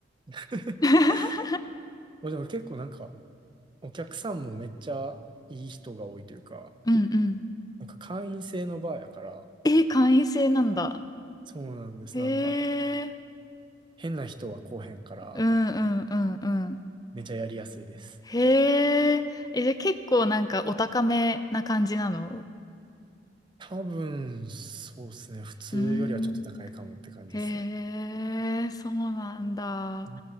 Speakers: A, on the right; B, on the left.
A: <laughs>
B: <laughs>
A: まあでも結構なんか、お客さんもめっちゃいい人が多いというか、
B: うんうん。
A: なんか会員制のバーやから、
B: え、会員制なんだ。
A: そうなんです。
B: へえ、
A: なんか、変な人は来おへんから、
B: うんうんうんうん。
A: めちゃやりやすいです。
B: へえ、え、じゃあ結構なんかお高めな感じなの
A: 多分、そうですね。普通よりはちょっと高いかもって感じですね。
B: うーん。へえ、そうなんだ。
A: うんう